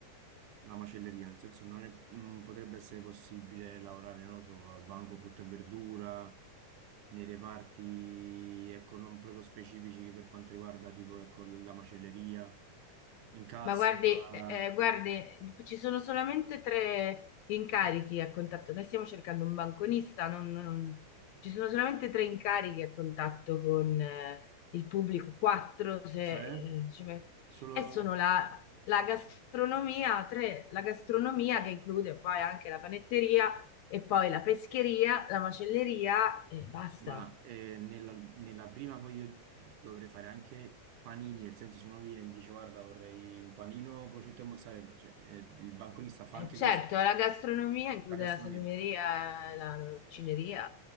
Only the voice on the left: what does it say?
Ma guardi, eh, eh, guardi, ci sono solamente tre incarichi a contatto. Noi stiamo cercando un banconista, non- non- ci sono solamente tre incarichi a contatto con eh, il pubblico, quattro se
eh, ci metto.
E sono la, la gastronomia, tre, la gastronomia che include poi anche la panetteria e poi la pescheria, la macelleria e basta.
E
certo,
la gastronomia include
la salumeria, la l'orcineria.